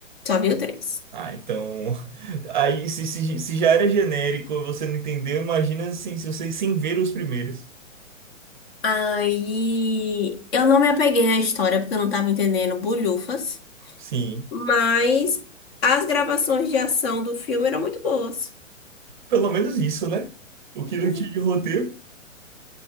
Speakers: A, on the left; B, on the right.
A: só vi o três.
B: Ah, então. <laughs> Aí se, se, se já era genérico, você não entendeu, imagina assim, se você sem ver os primeiros.
A: Aí eu não me apeguei à história porque eu não tava entendendo bulhufas.
B: Sim.
A: Mas as gravações de ação do filme eram muito boas.
B: Pelo menos isso, né? O que não
A: né?
B: tinha de roteiro,